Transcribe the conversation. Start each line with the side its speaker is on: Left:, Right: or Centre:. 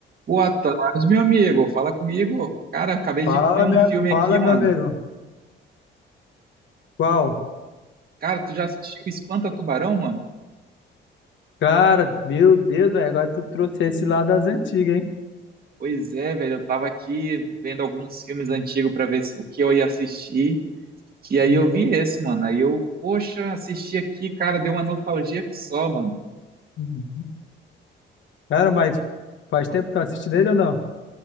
Right: Boa tarde, meu amigo. Fala comigo. Cara, acabei
Left: Fala,
Right: de ver um
Left: meu,
Right: filme
Left: fala,
Right: aqui, mano.
Left: meu amigo. Qual?
Right: Cara, tu já assistiu Espanta Tubarão, mano?
Left: Cara, meu Deus, velho, agora tu trouxe esse lá das antigas, hein?
Right: Pois é, velho. Eu tava aqui vendo alguns filmes antigos pra ver o que eu ia assistir. E aí
Left: Uhum.
Right: eu vi esse, mano. Aí eu, poxa, assisti aqui, cara, deu uma nostalgia que só, mano.
Left: uhum. Cara, mas faz tempo que tu assistindo ele ou não?